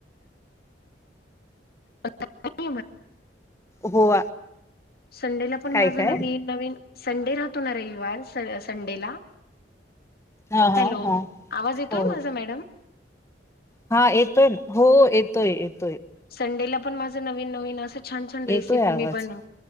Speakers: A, on the left (about 60°); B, on the left (about 15°).
A: <unintelligible>
B: हो
A: संडेला पण
B: काय
A: माझं
B: काय
A: नवीन नवीन. संडे राहतो ना रविवार सं-संडेला!
B: हा
A: हॅलो
B: हा हा
A: आवाज येतोय
B: हो हो
A: माझा मॅडम?
B: हा येतोय ना, हो येतोय येत.
A: संडेला पण माझं नवीन नवीन असं छान छान रेसिपी
B: येतोय आवाज
A: मी बनवं